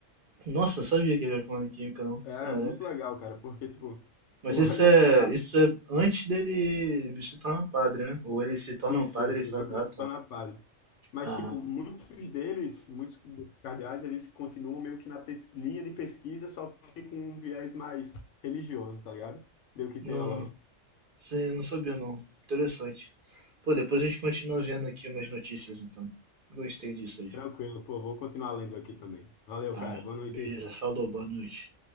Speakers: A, on the right; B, on the left.
A: Nossa, não sabia que ele era formado em química, não.
B: É,
A: Caraca.
B: muito legal, cara, porque, tipo,
A: Mas
B: tu
A: isso
B: <laughs> olha
A: é,
B: pra.
A: isso é antes dele se tornar padre, né? Ou ele se torna
B: Isso,
A: um padre
B: isso,
A: e faz.
B: né, né,
A: Ah,
B: se
A: tá.
B: torna padre. Mas,
A: Aham.
B: tipo, muitos deles, muitos cardeais, eles continuam meio que na pes- linha de pesquisa, só que com um viés mais religioso, tá ligado? Meio que
A: Não,
B: teológico.
A: sim, não sabia não. Interessante. Pô, depois a gente continua vendo aqui umas notícias, então. Gostei disso aí.
B: Tranquilo, pô, vou continuar lendo aqui também. Valeu,
A: Tá,
B: cara. Boa noite.
A: beleza, falou, boa noite.